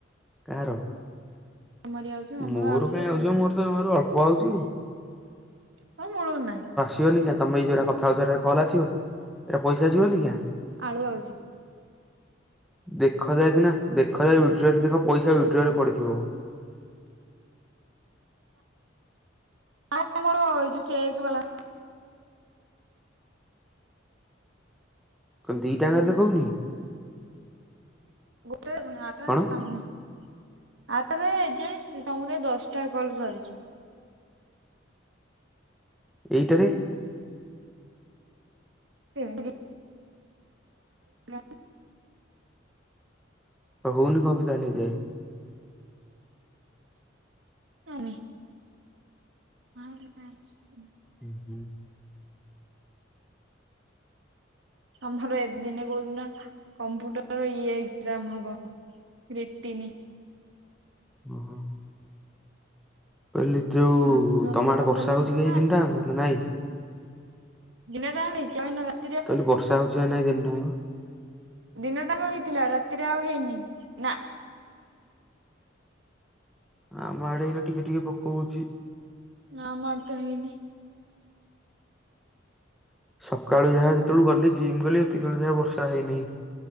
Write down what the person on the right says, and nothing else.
ତମରି ଆଉଛି ଆମର
ଆଉଛି
ଏତେ
କଥା
ତ ମୁଳୁରୁ ନାହିଁ।
ଆଳୁ ଆଉଛି।
ଆଉ ଆମର ଏଇ ଯୋଉ ଚେକ ବାଲା।
ଗୋଟେ ଆଟ
ଭଙ୍ଗ। <inaudible> ଆରଟାରେ ଏ ଯାଏଁ ସମୁଦାଏ ଦଶଟା କଲ ସରିଛି।
ସେ। <inaudible>
ଜାଣିନି। <inaudible> ହଁ। <inaudible> ହ। <inaudible>
ତମର ଏ ଦିନ କୋଉଦିନ କମ୍ପୁଟର ଇ ଏଗଜାମ୍ ହବ। ରିଟିିନି।
ମାଷ୍ଟର
ମତେ
ପଚାରିଲେ
ମୁଁ କହିଲି
ମା
ଦିନ ଯାଙ୍କ ହେଇଛି ଆଇ। <inaudible>
ଦିନ ଟାଙ୍କ ହେଇଥିଲା ରାତିରେ ଆଉ ହେଇନି ନା।
ନାଁ ଆମ ଆଡେ ତ ହେଇନି।